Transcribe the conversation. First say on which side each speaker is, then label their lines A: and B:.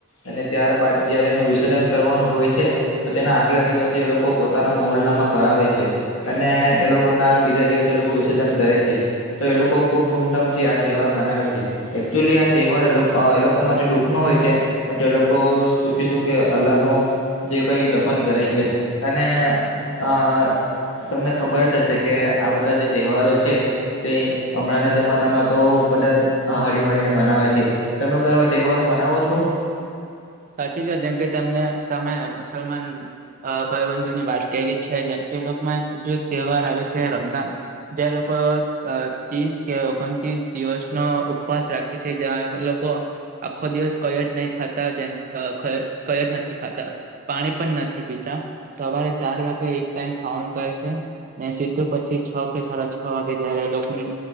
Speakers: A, on the left (about 65°); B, on the right (about 40°).
A: અને ત્યારબાદ જયારે એનું વિસર્જન કરવાનું હોય છે, તો તેના આગલા દિવસે એ લોકો પોતાના મોલ્લામાં ફરાવે છે. અને એ લોકોના બીજા દિવસ, લોકો વિસર્જન કરે છે તો એ લોકો ખુબ ધૂમધામથી આ તહેવાર મનાવે છે. એકચુલી આ તહેવાર એ લોકો માટે દુઃખ નો હોય છે. પણ તે લોકો સુખી સુખી અલ્લાહ નો, જે કઈ દફન કરે છે અને આ તમને ખબર જ હશે કે આ બધા જે તહેવારો છે. તે હમણાંના જમાનામાં તો બધા જ હળી મળળીને બનાવે છે. તમે કોઈ એવા તહેવારો મનાવો છો?
B: સાચી જો જેમકે તેમને તમે મુસલમાન, અ ભાઈબંધુ ની વાત કરી છે જેમ કે એલોકો માં જે તહેવાર આવે છે. રમઝાન, જે લોકો ત્રીસ કે ઓગણ તસ દિવસનો ઉપવાસ રાખ, કે જે લોકો આખો દિવસ કઈ જ નહી ખતા જેમ, અ કઈ જ નથી ખાતા. પાણી પણ નથી પીતા સવારે ચાર વાગે એક ટાઈમ ખાવાનું ખાય છે. ને સીધું પછી છ કે સાડા છ વાગે જય્યારે એ લોકની,